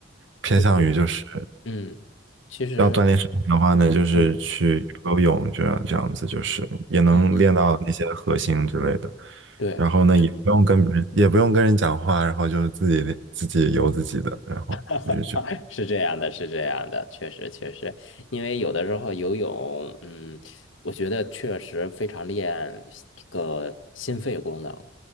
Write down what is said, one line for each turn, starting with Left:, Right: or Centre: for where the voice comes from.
Right: 偏向于就是。
Left: 我觉得，嗯，其实，
Right: 要锻炼身体的话呢，就是去游游泳，
Left: 嗯。
Right: 这样这样子，就是也能练到那些核心之类的。
Left: 嗯对，
Right: 然后呢，
Left: 是的，
Right: 也不用跟别人，也不用跟人讲话，然后就是自己自己游自己的，然后我就觉得
Left: <laughs> 是这样的，是这样的，确实确实，因为有的时候游泳，嗯，我觉得确实非常练这个心肺功能，